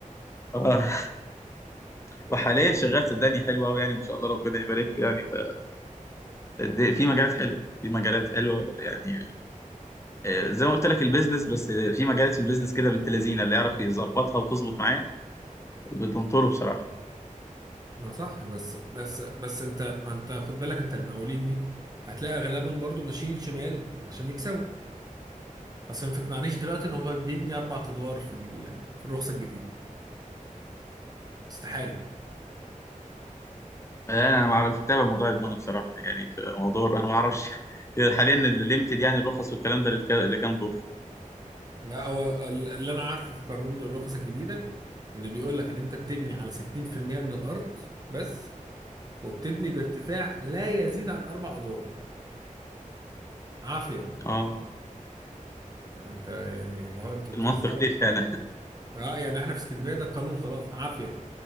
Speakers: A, on the left; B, on the right.
A: آه <laughs> وحاليا شغال صدقني حلو أوي يعني ما شاء الله ربنا يبارك له يعني ف... دي- في مجالات حلوة في مجالات حلوة يعني آه، زي ما قلت لك البيزنس بس في مجالات في البيزنس كده بنت لذينه اللي يعرف يظبطها وتظبط معاه بتنطره بصراحه
B: ما صح بس بس بس انت ما انت خد بالك انت المقاولين دي هتلاقي اغلبهم برضو ماشيين شمال عشان يكسبوا اصل ما تقنعنيش دلوقتي ان هو بيبني اربع ادوار في ال... في الرخصه الجديده استحاله
A: آه، انا ما اعرفش متابع موضوع البونه بصراحه يعني في موضوع انا ما اعرفش <laughs> حاليا الليميتد يعني الرخص والكلام ده للك- لكام دور
B: ما هو ال- اللي انا عارفه في قانون الرخص الجديده ان بيقول لك ان انت بتبني على 60% من الارض بس وبتبني بارتفاع لا يزيد عن اربع ادوار عافيه
A: اه
B: انت يعني اللي هو انتوا بتهزروا
A: المنطق ليه فعلا
B: اه يعني احنا في اسكندريه ده القانون خلاص عافيه